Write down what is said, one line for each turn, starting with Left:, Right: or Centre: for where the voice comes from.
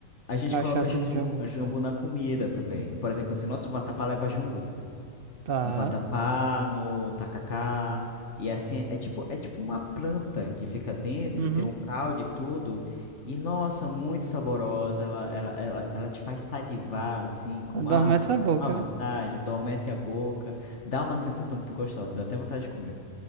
Left: A gente
Right: cachaça
Left: coloca jambu,
Right: de jambu.
Left: jambu na comida também. Por exemplo, assim, nosso vatapá leva jambu.
Right: Tá.
Left: No vatapá, no tacacá. E assim, é tipo, é tipo uma planta que fica dentro,
Right: Uhum.
Left: tem um caldo e tudo. E nossa, muito saborosa. Ela, ela, ela, ela te faz salivar, assim, com
Right: Adormece
Left: uma,
Right: a boca,
Left: uma vontade,
Right: né?
Left: adormece a boca. Dá uma sensação muito gostosa, me dá até vontade de comer,